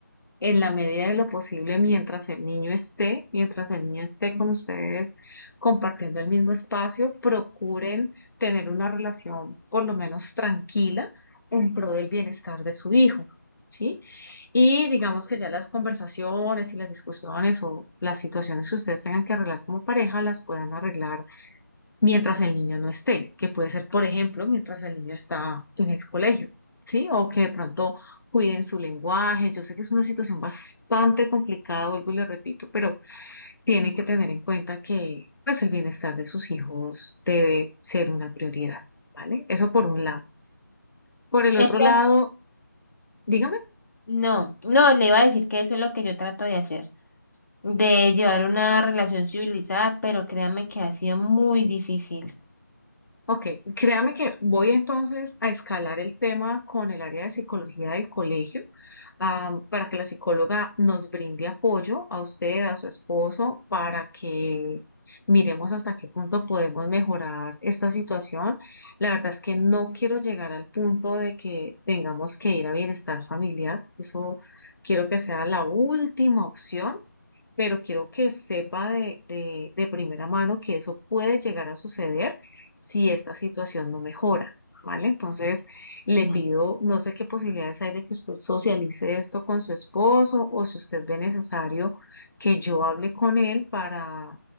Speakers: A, on the left; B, on the left.
A: en la medida de lo posible mientras el niño esté, mientras el niño esté con ustedes compartiendo el mismo espacio, procuren tener una relación por lo menos tranquila en pro del bienestar de su hijo, ¿sí? Y digamos que ya las conversaciones y las discusiones o las situaciones que ustedes tengan que arreglar como pareja las puedan arreglar mientras el niño no esté, que puede ser, por ejemplo, mientras el niño está en el colegio, ¿sí? O que de pronto cuiden su lenguaje. Yo sé que es una situación bastante complicada, vuelvo y le repito, pero tienen que tener en cuenta que pues el bienestar de sus hijos debe ser una prioridad, ¿vale? Eso por un lado. Por el
B: Entonces,
A: otro lado, dígame.
B: no, no, le iba a decir que eso es lo que yo trato de hacer, de llevar una relación civilizada, pero créame que ha sido muy difícil.
A: Ok, créame que voy entonces a escalar el tema con el área de psicología del colegio ah, para que la psicóloga nos brinde apoyo a usted, a su esposo, para que miremos hasta qué punto podemos mejorar esta situación. La verdad es que no quiero llegar al punto de que tengamos que ir a bienestar familiar. Eso quiero que sea la última opción pero quiero que sepa de, de, de primera mano que eso puede llegar a suceder si esta situación no mejora, ¿vale? Entonces, le
B: Mm.
A: pido, no sé qué posibilidades hay de que usted socialice esto con su esposo o si usted ve necesario que yo hable con él para,